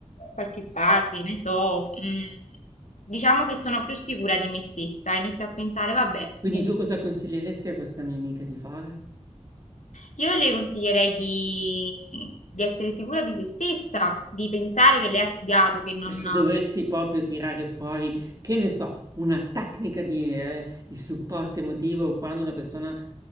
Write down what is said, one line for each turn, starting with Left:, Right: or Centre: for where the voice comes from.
Left: qualche parte, ne so, mm, diciamo che sono più sicura di me stessa. Inizio a pensare, vabbè,
Right: Quindi
Left: mm,
Right: tu cosa consiglieresti a questa mia amica di fare?
Left: Io le consiglierei di, di essere sicura di se stessa, di pensare che lei ha studiato, che non...
Right: Cioè, se dovessi proprio tirare fuori, che ne so, una tecnica di, eh, di supporto emotivo quando una persona